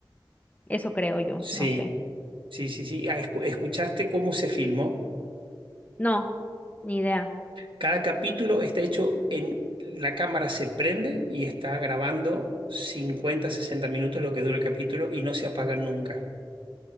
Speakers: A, on the left (about 20°); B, on the right (about 85°).
A: Eso creo yo,
B: Sí,
A: no sé.
B: sí, sí, sí. Ah, escu- ¿Escuchaste cómo se filmó?
A: No, ni idea.
B: Cada capítulo está hecho en... La cámara se prende y está grabando 50, 60 minutos lo que dura el capítulo y no se apaga nunca.